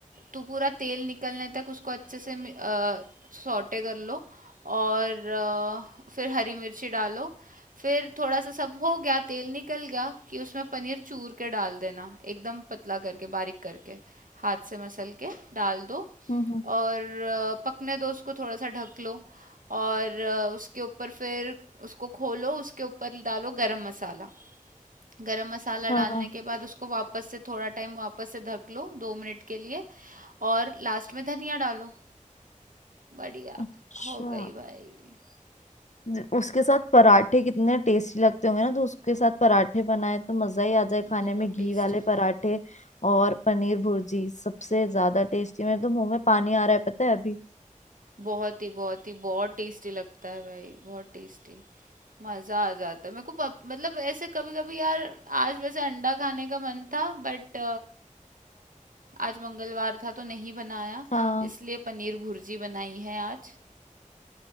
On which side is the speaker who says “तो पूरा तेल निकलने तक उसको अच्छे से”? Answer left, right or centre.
Right